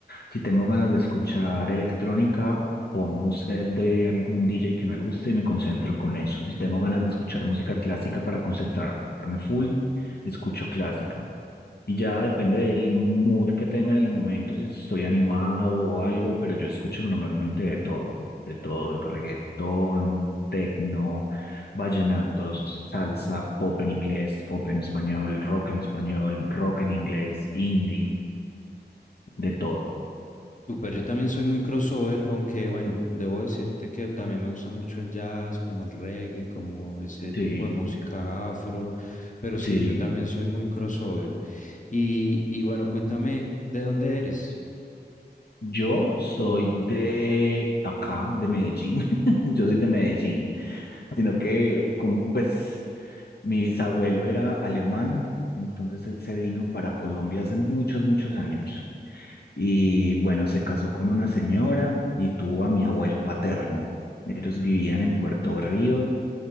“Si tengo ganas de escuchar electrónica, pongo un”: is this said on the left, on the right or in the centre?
Left